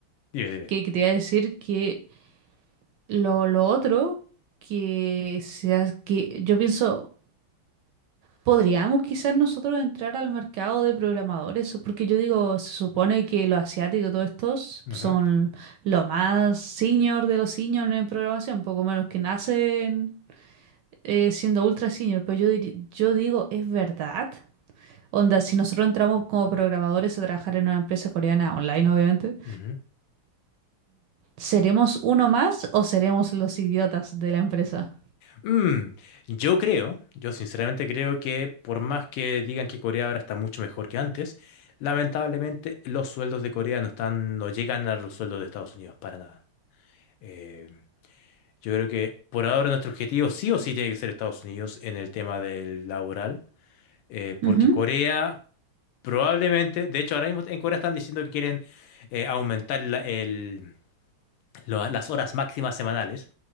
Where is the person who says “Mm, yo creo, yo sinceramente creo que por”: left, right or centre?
Left